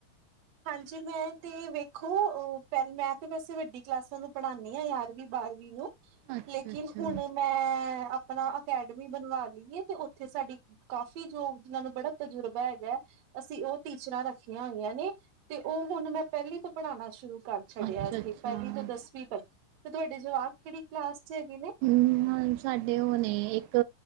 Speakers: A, on the right; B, on the right.
A: ਹਾਂਜੀ, ਮੈਂ ਤੇ ਵੇਖੋ ਮੈਂ ਤੇ ਵੈਸੇ ਵੱਡੀ ਕਲਾਸਾਂ ਨੂੰ ਪੜ੍ਹਾਨੀ ਆ ਗਿਆਰਵੀਂ ਬਾਰਵੀਂ ਨੂੰ।
B: ਅੱਛਾ
A: ਲੇਕਿਨ
B: ਅੱਛਾ
A: ਹੁਣ ਮੈਂ ਆਪਣਾ ਅਕੈਡਮੀ ਬਣਵਾ ਲਈਏ ਤੇ ਉੱਥੇ ਸਾਡੀ ਕਾਫ਼ੀ ਜੋ ਜਿਹਨਾਂ ਨੂੰ ਬੜਾ ਤਜੁਰਬਾ ਹੈਗਾ ਅਸੀਂ ਉਹ ਟੀਚਰਾਂ ਰੱਖੀਆਂ ਹੋਈਆਂ ਨੇ। ਤੇ ਉਹ ਹੁਣ ਮੈਂ ਪਹਿਲੀ ਤੋਂ ਪੜ੍ਹਾਉਣਾ ਸ਼ੁਰੂ ਕਰ ਛੱਡਿਆ
B: ਅੱਛਾ
A: ਸੀ
B: ਅੱਛਾ
A: ਪਹਿਲੀ ਤੋਂ ਦਸਵੀਂ ਤੱਕ। ਤੇ ਤੁਹਾਡੀੇ ਜਵਾ ਕਿਹੜੀ ਕਲਾਸ ਚ ਹੈਗੇ ਨੇ
B: ਹੂੰ, ਸਾਡੇ ਉਹ ਨੇ ਇੱਕ